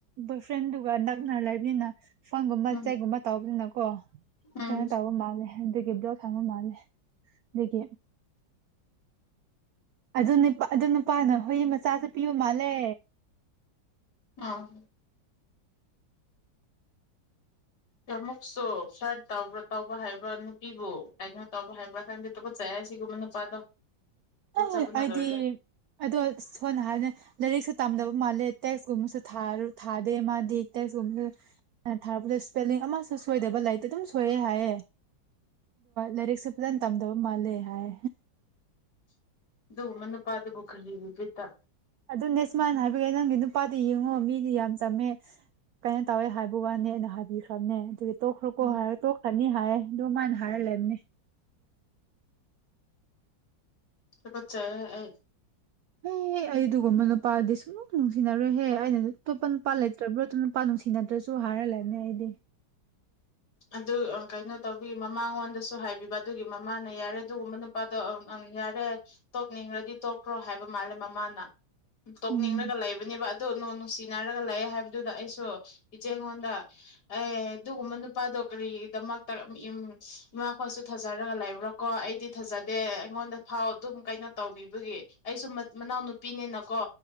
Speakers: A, on the right; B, on the left.
A: ꯕꯣꯏ ꯐ꯭ꯔꯦꯟꯗꯨꯒ ꯅꯛꯅ ꯂꯩꯕꯅꯤꯅ ꯐꯣꯟꯒꯨꯝꯕ
B: ꯎꯝ ꯎꯝ
A: ꯆꯦꯛꯒꯨꯝꯕ ꯇꯧꯕꯅꯤꯅꯀꯣ
B: ꯎꯝ
A: ꯀꯩꯅꯣ ꯇꯧꯕ ꯃꯥꯜꯂꯦ ꯑꯗꯨꯒꯤ ꯕ꯭ꯂꯣꯛ ꯊꯥꯡꯕ ꯃꯥꯜꯂꯦ ꯗꯥꯒꯤ ꯑꯗꯨꯅꯤꯄꯥ ꯑꯗꯨ ꯅꯨꯄꯥꯅ ꯍꯨꯏ ꯃꯆꯥꯁꯨ ꯄꯤꯕ ꯃꯥꯜꯂꯦ
B: ꯑꯥ ꯑꯃꯨꯛꯁꯨ ꯐꯜꯔꯠ ꯇꯧꯕꯔ ꯇꯧꯕ ꯍꯥꯏꯕꯔꯥ ꯅꯨꯄꯤꯕꯨ ꯀꯩꯅꯣ ꯇꯧꯕ ꯍꯥꯏꯕ꯭ꯔꯥ ꯈꯪꯗꯦ ꯇꯨꯀꯠꯆꯩꯍꯦ ꯍꯥꯏ ꯁꯤꯒꯨꯝꯕ ꯅꯨꯄꯥꯗꯣ ꯇꯨꯀꯠꯆꯕꯅ
A: ꯑ ꯑꯩꯗꯤ
B: ꯂꯣꯏꯔꯦ
A: ꯑꯗꯣ ꯁꯣꯟꯅ ꯍꯥꯏꯅꯤ ꯂꯥꯏꯔꯤꯛꯁꯨ ꯇꯝꯗꯕ ꯃꯥꯜꯂꯦ ꯇꯦꯛꯁꯀꯨꯝꯕꯁꯨ ꯊꯥ ꯊ ꯗꯦ ꯃꯥꯗꯤ ꯁꯨꯝꯃꯦ ꯊꯥꯛꯄꯗ ꯁ ꯏꯁꯄꯦꯂꯤꯡ ꯑꯃꯁꯨ ꯁꯣꯏꯗꯕ ꯂꯥꯏꯇꯦ ꯑꯗꯨꯝ ꯊꯣꯛꯑ ꯍꯥꯏ ꯂꯥꯏꯔꯛꯁꯦ ꯐꯖꯅ ꯇꯝꯗꯕ ꯃꯥꯜꯂꯦ ꯍꯥꯏ
B: ꯑꯗꯨ ꯃꯦꯅꯨ ꯄꯥꯗ ꯕꯨꯈꯔ ꯍꯔꯤ ꯄꯤꯇꯥ
A: ꯑꯗꯨ ꯅꯦꯁꯃꯅ ꯍꯥꯏꯕꯒꯤ ꯅꯪꯒꯤ ꯅꯨꯄꯥꯗꯤ ꯌꯦꯡꯉꯣ ꯃꯤꯗꯤ ꯌꯥꯝ ꯆꯝꯃꯦ ꯀꯩꯅꯣ ꯇꯧꯋꯦ ꯍꯥꯏꯕ ꯋꯥꯅꯤ ꯑꯩꯅ ꯍꯥꯏꯕꯤꯈ꯭ꯔꯕꯅꯦ ꯑꯗꯨ ꯇꯣꯛꯈ꯭ꯔꯣ ꯀꯣ
B: ꯎꯝ
A: ꯍꯥꯏꯔꯦ ꯇꯣꯛꯈ꯭ꯔꯅꯤ ꯍꯥꯏꯔꯦ ꯑꯗꯨ ꯃꯥꯅ ꯍꯥꯏꯔ ꯂꯩꯕꯅꯦ
B: ꯁꯤꯀꯠꯁꯦ ꯑꯩ
A: ꯍꯦꯍ ꯑꯩ ꯑꯗꯨꯒꯒꯨꯝꯕ ꯅꯨꯄꯥꯗꯤ ꯁꯨꯡ ꯅꯨꯡꯁꯤꯅꯔꯣꯏꯍꯦ ꯑꯩꯅ ꯄ ꯄꯜꯂꯦꯠꯇ꯭ꯔꯕ꯭ꯔ ꯅꯨꯄꯥ ꯅꯨꯡꯁꯤꯅꯗ꯭ꯔꯁꯨ ꯍꯥꯏꯔꯜꯂꯅꯤ ꯑꯩꯗꯤ
B: ꯑꯗꯨ ꯀꯩꯅꯣ ꯇꯧꯕꯤ ꯃꯃꯥꯡꯉꯣꯟꯗꯁꯨ ꯍꯥꯏꯕꯤꯕ ꯑꯗꯨꯒꯤ ꯃꯃꯥꯅ ꯌꯥꯔꯦ ꯑꯗꯨꯒꯨꯝꯕ ꯅꯨꯄꯥꯗꯣ ꯌꯥꯔꯦ ꯇꯣꯛꯅꯤꯡꯈ꯭ꯔꯗꯤ ꯇꯣꯛꯈ꯭ꯔꯣ ꯍꯥꯏꯕ ꯃꯥꯜꯂꯦ ꯃꯃꯥꯅ ꯇꯣꯛꯅꯤꯡꯂꯒ
A: ꯎꯝ
B: ꯂꯩꯕꯅꯦꯕ ꯑꯗꯨ ꯅꯣꯡ ꯅꯨꯡꯁꯤ ꯔꯒ ꯂꯥꯛꯑꯦ ꯍꯥꯏꯕꯗꯨꯗ ꯑꯩꯁꯨ ꯏꯆꯦꯉꯣꯟꯗ ꯑꯦ ꯑꯗꯨꯒꯨꯝꯕ ꯅꯨ ꯅꯨꯄꯥꯗꯣ ꯀꯔꯤꯒꯤꯗꯃꯛꯇ ꯏꯃꯥꯈꯣꯏꯁꯨ ꯊꯥꯖꯔꯒ ꯂꯩꯕ꯭ꯔꯣꯀꯣ ꯑꯩꯗꯤ ꯊꯥꯖꯗꯦ ꯑꯩꯉꯣꯟꯗ ꯐꯥꯎ ꯑꯗꯨꯝ ꯀꯩꯅꯣ ꯇꯧꯕꯤꯕꯒꯤ ꯑꯩꯁꯨ ꯃꯅꯥꯎꯅꯨꯄꯤꯅꯤꯅꯀꯣ